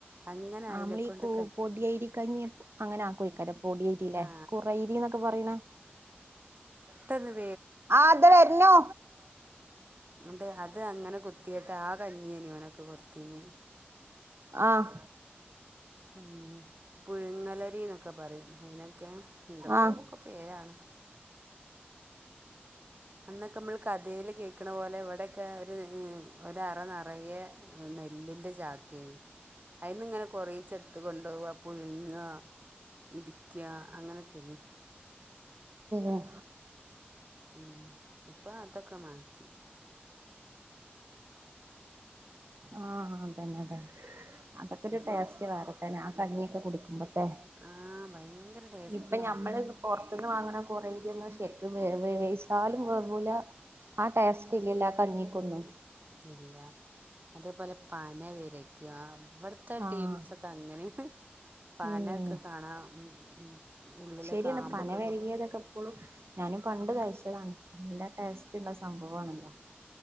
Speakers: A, on the right; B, on the right.
A: അങ്ങനെ അതിനെക്കൊണ്ട്
B: ആ മ്മളീ പൊടിയരി കഞ്ഞി അങ്ങനെ ആക്കോയ്ക്കാര പൊടിയരിലെ
A: ആ
B: കുറയരി എന്നൊക്കെ പറയ്ന്ന
A: ട്ടന്ന്
B: ആ ദേ വരുണു
A: അണ്ട് അത് അങ്ങനെ കുത്തിയിട്ട് ആ ക ഞ്ഞി ആനിവനൊക്കെ കൊടുത്തിഞ്ഞ്
B: ആഹ്
A: ഉം പുഴുങ്ങലരിന്നൊക്കെ പറയും അയിനൊക്കെ എന്തക്കോക്കെ
B: ആഹ്
A: പേരാണ് അന്നൊക്കെ നമ്മള് കഥയിൽ കേക്കണ പോലെ വ പണ്ടൊക്കെ ഒര് ഒരു അറ നിറയെ നെല്ലിൻ്റെ ചാക്കാര്ന്ന് അതിന്ന് ഇങ്ങനെ കുറച്ചേ എടുത്ത് കൊണ്ടുപോകുക പുഴുങ്ങുക ഇടിക്കുക അങ്ങനെക്കെയാന്
B: ഉം
A: ഉം ഇപ്പൊ അതൊക്കെ മാറ്റി
B: ആഹ് അതന്നെ അതന്നെ അതൊക്കെ ഒരു
A: ഇപ്പൊ
B: ടേസ്റ്റ് വേറെത്തന്ന അ കഞ്ഞിയൊക്കെ കുടിക്കുമ്പോൾ
A: ആ ഭയങ്കര ടേസ്റ്റുവാ
B: ഇപ്പൊ ഞമ്മള് പുറത്തന്ന് വാങ്ങണ കൊറേ അരിയൊന്നും ശരിക്കും വേവ വേവിച്ചാലും വേവുല്ലാ ആ ടേസ്റ്റ് ഇല്ലല്ലാ ആ കഞ്ഞിക്കൊന്നു
A: ഇല്ല അതേപോലെ പന വിരക്കുക ഇവിടെ <unintelligible>
B: ആഹ്
A: ടീംസ് ഒക്കെ അങ്ങനെയാണ് പന
B: ഉം
A: ഒക്കെ കാണാ ഉം ഉം ഉള്ളിലൊക്കെ
B: ശരിയാണ്
A: ആമ്പൊക്കെ
B: പന വരികിയതൊക്കെ
A: കൊ
B: ഇപ്പോളും ഞാനും പണ്ട് കഴിച്ചതാണ് നല്ല ടേസ് റ്റുള്ള സംഭവ ആണല്ലോ